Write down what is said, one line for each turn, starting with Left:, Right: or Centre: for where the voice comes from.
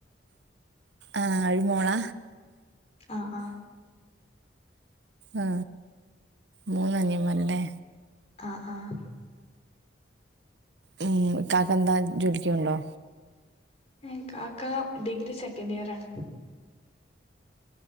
Right: ആഹ അഴിമോളാ
Left: ആഹ ആഹ
Right: ആ മൂന്നഞ്ഞമാലല്ലേ
Left: ആഹ ആഹ
Right: ഉം കാക്ക എന്താ ജോലിക്കുണ്ടോ
Left: എ കാക്ക ഡിഗ്രി സെക്കൻഡ് ഇയർ ആാണ്